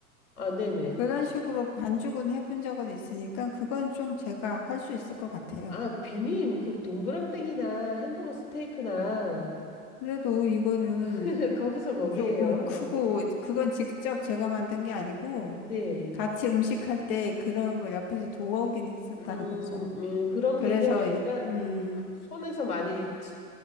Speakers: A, on the left (about 75°); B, on the left (about 35°).
A: 아, 네네.
B: 그런 식으로 반죽은 해본 적은 있으니까, 그건 좀 제가 할 수 있을 것 같아요.
A: 아, 비님, 그 동그랑땡이나 햄버거 스테이크나
B: 그래도 이거는
A: <laughs> 거기서 거기에요.
B: 조금 크고, 그건 직접 제가 만든 게 아니고,
A: 네.
B: 같이 음식할 때 그런 거 옆에서 도와오긴 했었다는
A: 음,
B: 거죠.
A: 음, 그런
B: 그래서,
A: 개념이니까
B: 이- 음,
A: 손에서 많이 치,